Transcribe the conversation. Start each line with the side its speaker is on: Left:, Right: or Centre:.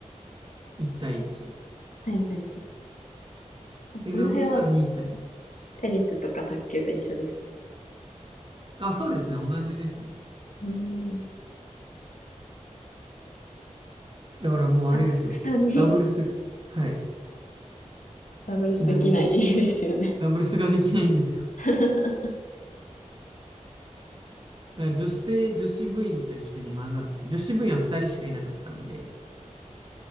Right: 1対1。
Left: いはいはい。あその辺は
Right: で、ダブルスは2対。
Left: テニスとか卓球と一緒ですね。
Right: あ、そうですね。同じですね。
Left: うーん。
Right: だからもうあれですよ。
Left: あ、3人。
Right: ダブルス、はい。
Left: ダブルスできないですよね。
Right: ちなみに、ダブルスができないんですよ。
Left: <laughs>
Right: だから女子生、女子部員と一緒に混ざって、女子部員は2人しかいなかったんで、